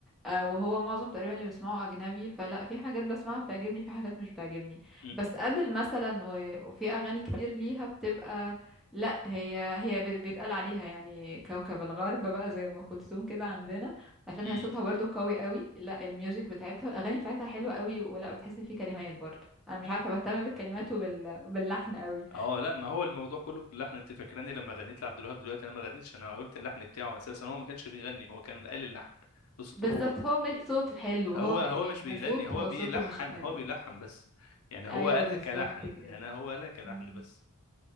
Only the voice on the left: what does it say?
م-
م.
اه لا ما هو الموضوع كله في اللحن انت فاكراني لما غنيت لعبد الوهاب دلوقتي انا ما غنيتش انا قلت اللحن بتاعه اساسا هو ما كانش بيغني هو كان قال اللحن بصوته
هو
هو
هو
مش
بيغني هو
بيلحن
هو بيلحن بس يعني هو
قالها
كلحن
يعني هو قالها كلحن
بس